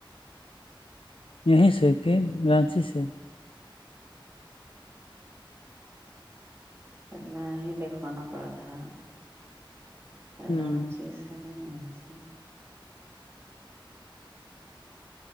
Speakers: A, on the left (about 85°); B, on the right (about 30°).
A: یہیں سے کہ رانچی سے
B: انا ہی دیکھوانا پڑا تھا
A: ہوں
B: رانچی سے نہیں رہ سے